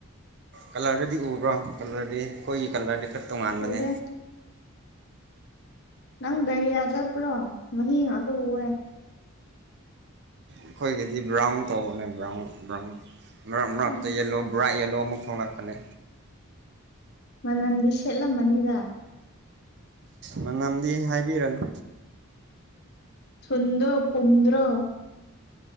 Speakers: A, on the right; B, on the left.
A: ꯀꯂꯔꯗꯨꯗꯤ ꯎꯕ꯭ꯔꯣ ꯀꯂꯔꯗꯤ ꯑꯩꯈꯣꯏꯒꯤ ꯀꯂꯔꯗꯤ ꯈꯔ ꯇꯣꯉꯥꯟꯕꯅꯤ
B: ꯎꯗꯦ ꯅꯪ ꯗꯥꯏꯔꯤꯌꯥ ꯆꯠꯄ꯭ꯔꯣ ꯃꯍꯤ ꯉꯥꯛꯇ ꯎꯑꯦ
A: ꯑꯩꯈꯣꯏꯒꯤꯗꯤ ꯕ꯭ꯔꯥꯎꯟ ꯇꯧꯕꯅꯦ ꯕ꯭ꯔꯥꯎꯟ ꯕ꯭ꯔꯥꯎꯟ ꯃꯔꯛ ꯃꯔꯛꯇ
B: ꯎꯝ
A: ꯌꯦꯜꯂꯣ ꯕꯣꯔꯥ ꯌꯦꯜꯂꯣ ꯑꯃꯨꯛ ꯊꯣꯛꯪꯂꯛꯄꯅꯦ
B: ꯃꯅꯝꯗꯤ ꯁꯦꯠꯂꯝꯃꯅꯤꯗ
A: ꯃꯅꯝꯗꯤ ꯍꯥꯏꯕꯤꯔꯅꯨ
B: ꯊꯨꯟꯗꯣ ꯄꯨꯝꯗ꯭ꯔꯣ